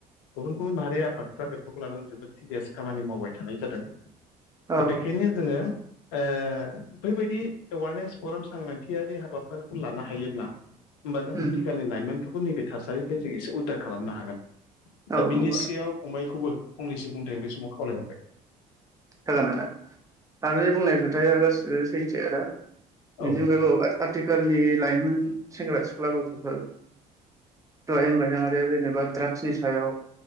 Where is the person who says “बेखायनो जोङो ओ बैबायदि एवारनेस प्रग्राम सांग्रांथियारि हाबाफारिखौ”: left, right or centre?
Left